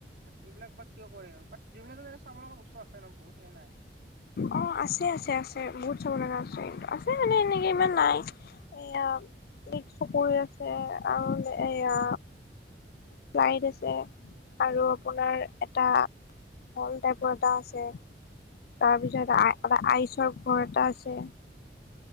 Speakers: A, on the right; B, on the left.
A: এইবিলাক বা কিয় কৰে আৰু, বাত ড্ৰিমলেণ্ডত এনে চাব লগা বস্তু আছে ন বহুত নে নাই?
B: অ', আছে আছে আছে বহুত চাব লগা আছে কিন্তু, আছে মানে এনেকে ইমান নাই। এইয়া মিক্স চ কৰি আছে আৰু এয়া ফ্লাইট আছে আৰু আপোনাৰ এটা হল টাইপৰ এটা আছে। তাৰপিছত আ এটা আইচৰ ঘৰ এটা আছে।